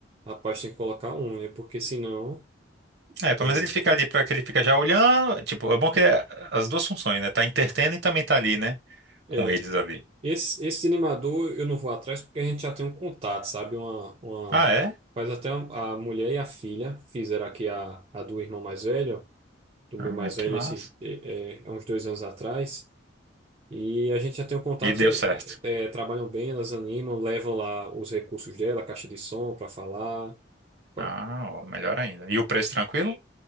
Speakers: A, on the right (about 30°); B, on the right (about 60°).
A: rapaz, tem que colocar um, né? Porque senão.
B: É, pelo
A: É,
B: menos ele fica ali para que ele fica já olhando. Tipo, é bom que é as duas funções, né? Tá entretendo e também tá ali, né?
A: é.
B: Com eles ali.
A: Esse, esse animador eu não vou atrás porque a gente já tem um contato, sabe? Uma, uma,
B: Ah, é?
A: faz até a a mulher e a filha fizeram aqui a, a do irmão mais velho. do
B: Ah,
A: meu mais
B: que
A: velho
B: massa.
A: esses, é, é, há uns dois anos atrás. E a gente já tem um contato
B: E deu
A: que ele-
B: certo.
A: é, é, trabalham bem, elas animam, levam lá os recursos dela, a caixa de som para falar. Pa-
B: Ah, ó, melhor ainda. E o preço tranquilo?